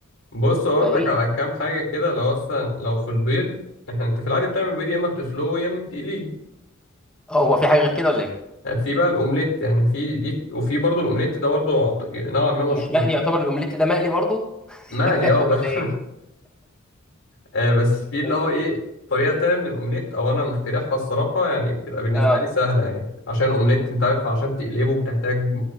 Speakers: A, on the left (about 70°); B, in the centre.
A: بص اقول
B: فايه
A: لك على كام حاجه كده لو اصلا لو في البيض احنا انت في العادي بتعمل بيض يا اما بتسلقه يا اما بتقليه
B: اه هو في حاجه غير كده ولا ايه
A: يعني في بقى الاومليت يعني في دي وفي برضه الاومليت ده برضه عط- نوعا ما مشهور
B: ومش مقلي يعتبر الاومليت ده مقلي برضو
A: مقلي اه
B: ولا
A: بس <laughs>
B: ايه
A: آه، بس في اللي
B: طيب،
A: هو ايه طريقه تانية من الاومليت او انا مخترعها الصراحه يعني بتبقى بالنسبه
B: اه
A: لي سهله يعني عشان الاومليت انت عارف عشان تقلبه بتحتاج